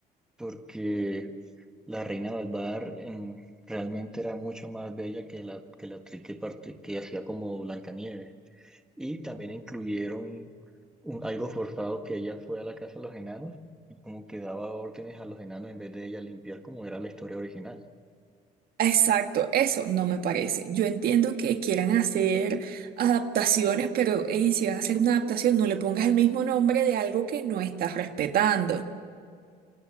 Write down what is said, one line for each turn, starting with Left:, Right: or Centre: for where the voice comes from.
Centre: porque la reina malvada em, realmente era mucho más bella que la, que la actriz que, parte- que hacía como Blancanieves. Y también incluyeron un- algo forzado que ella fue a la casa de los enanos y como que daba órdenes a los enanos en vez de ella limpiar como era la historia original.
Right: exacto, eso no me parece. Yo entiendo que quieran hacer adaptaciones, pero ey, si van a hacer una adaptación, no le pongas el mismo nombre de algo que no estás respetando.